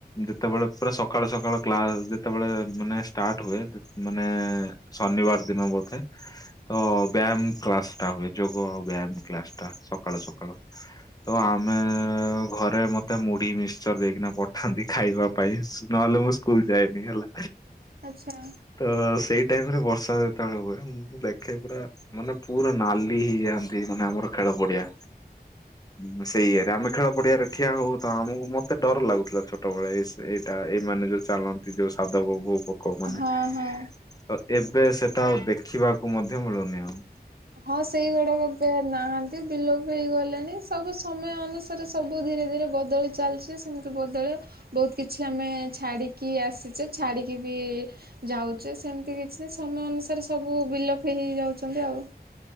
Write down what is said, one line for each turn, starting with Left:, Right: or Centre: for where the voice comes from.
Left: ଯେତେବେଳେ ପୁରା ସକାଳୁ ସକାଳ କ୍ଲାସ ଯେତେବେଳେ ମାନେ ଷ୍ଟାର୍ଟ ହୁଏ ମାନେ ଶନିବାର ଦିନ ବୋଧେ ହ <inaudible> ତ ବ୍ୟାୟାମ କ୍ଲାସ ଟା ହୁଏ ଯୋଗ ବ୍ୟାୟାମ କ୍ଳାସ ଟା ସକାଳୁ ସକାଳୁ ତ ଆମେ ଘରେ ମତେମୁଢ଼ି ମିକ୍ସଚର ଦେଇକିନା ପଠାନ୍ତି ଖାଇବା ପାଇଁ ନହେଲେ ମୁଁ ସ୍କୁଲ ଯାଏନି ହେଲା
Right: ଆଚ୍ଛା
Left: ତ ସେଇ ଟାଇମରେ ବଷ ବର୍ଷା ଯେତେବେଳ ହୁଏ। ମୁଁ ଦେଖେ ପୁରା ମାନେ ପୁରା ନାଲି ହେଇଯାଆନ୍ତି ମାନେ ଆମର ଖେଳ ପଡିଆ। ହୁଁ ସେଇଆରେ ଆମେ ଖେଳ ପଡ଼ିଆରେ ଠିଆ ହଉ ତ ଆମକୁ ମତେ ଡ଼ର ଲାଗୁଥିଲା ଛୋଟବେଳେ ଏ ଏଇଟା ଏମାନେ ଯୋଉ ଚାଲନ୍ତି ଯୋଉ ସାଧବ ବୋହୂ ପୋକ ମାନେ
Right: ହଁ
Left: ତ
Right: ହଁ।
Left: ଏବେ ସେଟା ଦେଖିବାକୁ ମଧ୍ୟ ମିଳୁନି ଆଉ
Right: ହଁ ସେଇଗୁଡ଼ାକ ବି ନାହାନ୍ତି ବିଲୋପ ହେଇଗଲେଣି ସବୁ ସମୟ ଅନୁସାରେ ସବୁ ଧୀରେ ଧୀରେ ବଦଳି ଚାଲିଛି ସେମତି ମିତି ବଦଳେ ବହୁତ କିଛି ଆମେ ଛାଡ଼ିକି ଆସିଛେ ଛାଡ଼ିକି ବି ଯାଉଛେ। ସେମିତି କିଛି ସମୟ ଅନୁସାରେ ସବୁ ବିଲୋପ ହେଇ ଯାଉଛନ୍ତି ଆଉ